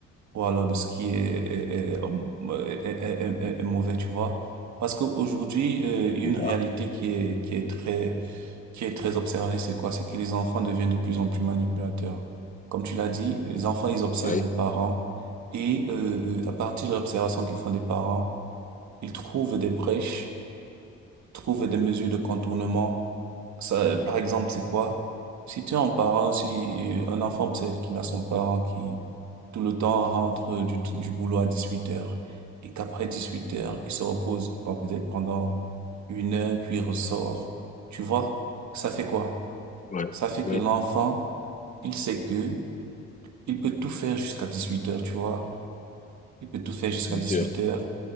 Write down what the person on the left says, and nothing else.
c'est
ça.
Oui,
oui,
oui,
bien
sûr.